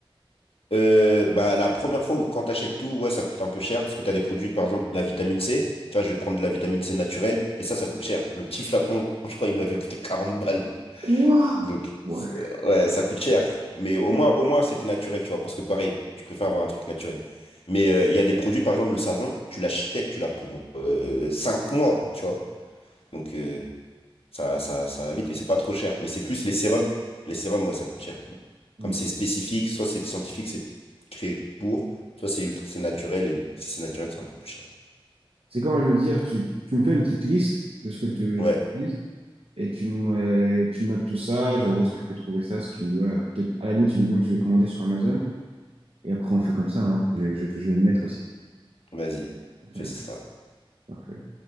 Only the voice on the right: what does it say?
Ouah.
Ouais.
Ok.
C'est comment je veux dire, tu, tu me fais une petite liste de ce que te-
tu utilises et tu me, euh, tu me notes tout ça, genre où est-ce que je peux trouver ça, si tu me dis, ouais, peut-être, à la limite, tu veux même, je vais commander sur Amazon et après on fait comme ça, hein. Je vais, je, vais je vais y mettre aussi.
Ouais,
parfait.